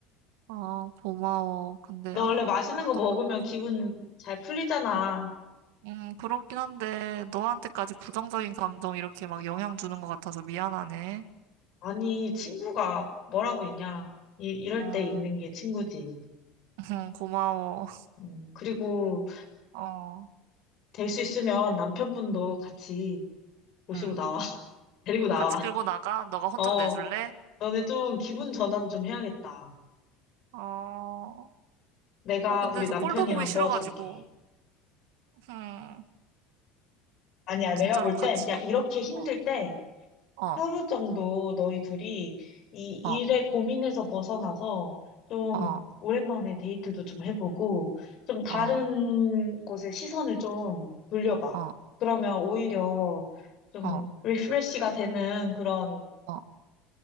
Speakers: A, on the right; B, on the left.
A: 아, 고마워. 근데,
B: 너
A: 아,
B: 원래 맛있는
A: 너또
B: 거 먹으면
A: 만나서.
B: 기분 잘 풀리잖아.
A: 음, 그렇긴 한데, 너한테까지 부정적인 감정 이렇게 막 영향 주는 것 같아서 미안하네.
B: 아니, 친구가 뭐라고 있냐. 이, 이럴
A: 음,
B: 때 있는 게 친구지.
A: <laughs> 고마워.
B: 음, 그리고
A: 어,
B: 될 수 있으면 남편분도 같이 모시고
A: 응
B: 나와. <laughs> 데리고 나와.
A: 같이 끌고 나가? 너가 혼
B: 어,
A: 좀 내줄래?
B: 너네 좀 기분 전환 좀 해야겠다.
A: 어,
B: 내가
A: 아, 근데
B: 우리
A: 저
B: 남편이랑
A: 꼴도 보기
B: 도와줄게.
A: 싫어가지고, 음,
B: 아니야, 내가
A: 진짜로
B: 볼
A: 같이.
B: 땐, 야, 이렇게 힘들
A: 어,
B: 때
A: 어,
B: 하루 정도 너희 둘이 이 일의
A: 어,
B: 고민에서 벗어나서 좀
A: 어,
B: 오랜만에 데이트도 좀 해보고 좀 다른
A: 어,
B: 곳에 시선을 좀 돌려봐.
A: 어,
B: 그러면 오히려 좀
A: 어.
B: 리프레시가 되는 그런
A: 어.